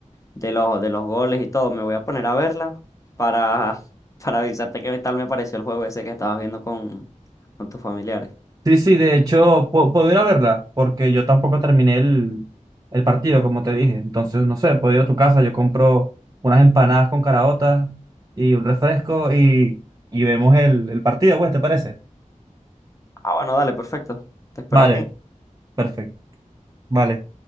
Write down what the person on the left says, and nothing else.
de los, de los goles y todo. Me voy a poner a verla para, <laughs> para avisarte qué tal me pareció el juego ese que estabas viendo con, con tus familiares.
Ah, bueno, dale, perfecto. Te espero
aquí.